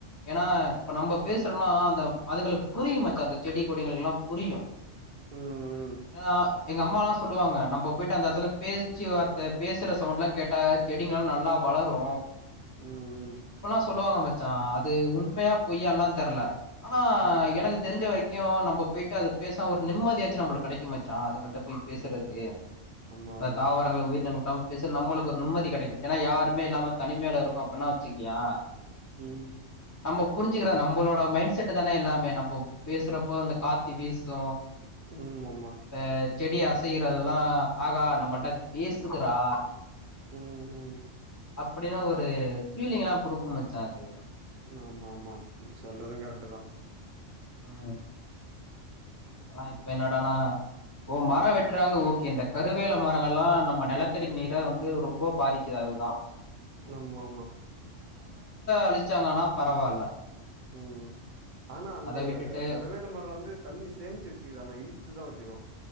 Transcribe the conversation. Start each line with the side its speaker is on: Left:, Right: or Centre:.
Left: ஏன்னா இப்ப நம்ம பேசுறோனா அந்த அதுங்களுக்கு புரியு மாச்சா அந்த செடி கொடிங்களுக்குல்லா புரியு
Right: ம்
Left: ஏ ஆ எங்க அம்மாலா சொல்லுவாங்க நம்ம போயிட்டு அந்த இடத்துல பேச்சு வார்த்த பேசுற சவுண்ட் எல்லா கேட்டா செடிங்க எல்லா நல்லா வளரு
Right: ம்
Left: அப்பல்லா சொல்லுவாங்க மச் ஆ அது உண்மையா பொய் எல்லா தெர்ல ஆனா
Right: ஆ
Left: எனக்கு தெரிஞ்ச வரைக் க்கு நம்ம போயிட்டு அது பேச ஒரு நிம்மதியாசு நம்மளுக்கு கெடைக்கு மாச்சா அதுளுக்கு ட்ட போய் பேசுறது
Right: ஆமா ஆமா
Left: தாவரங்கள உயிரினங்கள் நாம பேச நம்மளுக்கு நிம்மதி கெடைக்கு ஏனா யாருமே இல்லாம தனிமையில இருக்கு அப்பின்னா வச்சுக்கியா
Right: ம்
Left: நம்ம புரிஞ்சுக்குற நம்மளோட மைண்ட் செட்டு தானே எல்லாமே நம்ப பேசுறப்போ அ இந்த காத்து வீசு
Right: ம் ஆமா
Left: இந்த செடி அசைதறதெல்லா ஆகா நம்மட்டா அது பேசுதுடா
Right: உம் உம்
Left: அப்டி தா ஒரு ஃபீலிங் எல்லா குடுக்கு மச்சா அது
Right: ஆமா ஆமா சொல்றது கரெட்க்டு தா
Left: உம் ஆன இப்ப என்னடானா இப்ப மரோ வெட்றாங்க ஓகே இந்த கருவேல மரங்கள் எல்லா நம்ம நெலத்தடி நீர வந்து ரொம்ப பாதிக்குது அதுதா
Right: ஆமா ஆமா
Left: அழுச்சாங்கன்னா பரவால்ல
Right: உம் ஆனா அந்த
Left: அத விட்டுட்டு
Right: கருவேல மரோ வந்து தண்ணி சேமிச்சு வச்சுக்காது இழுத்துதா வச்சுக்கு